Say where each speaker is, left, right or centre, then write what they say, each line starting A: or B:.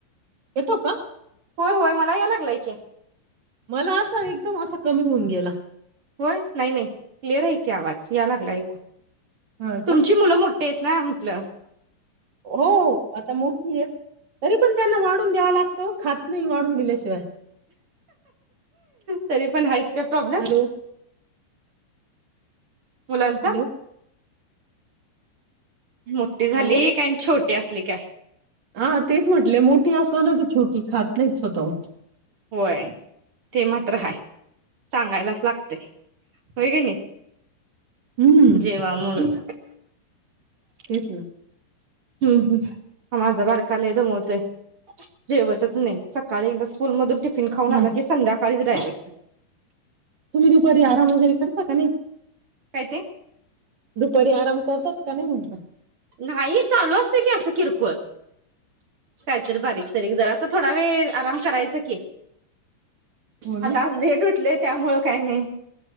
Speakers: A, on the right; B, on the right.
A: येतो का?
B: होय होय मला याय लागलाय की.
A: मला असा, एकदम असा कमी होऊन गेला.
B: होय, नाही नाही क्लिअर आहे की आवाज या लागला.
A: हा
B: तुमची
A: का
B: मुलं मो तेेच ना <unintelligible>
A: हो आता मोठी आहेत. तरी पण त्यांना वाढून द्यावा लागत ओ. खात नाही वाढून दिल्याशिवाय.
B: तरी पण हायच. काय प्रॉब्लेम?
A: हॅलो
B: मुलांचा
A: हॅलो
B: मोठी झाली
A: हॅलो.
B: काय आणि छोटी असली काय
A: हा तेच म्हटले मोठ मोठी असो नाही तर छोटी खात नाहीत स्वतःहून.
B: होय ते मात्र हाय सांगायलाच लागते होय की नाही.
A: हम्म
B: जेवा म्हणून.
A: तेच ना.
B: हम्म हम माझा बारका लई दमवतोय. जेवतच नाही सकाळी एकदा स्कूल मधू टिफिन खाऊण
A: हम्म
B: आला की संध्याकाळी काळीच डायरेक्ट
A: तुम्ही दुपारी आराम वगैरे करता का नाही.
B: काय ते
A: दुपारी आराम करतात का नाही म्हटलं.
B: नाही चालू असते की असं किरकोळ. काहीतरी बारीक सारीक जरा अस थोडा वेळ काम करायचं की.
A: हो
B: आता
A: ना
B: आज लेट उठले. त्यामुळ काही नाही.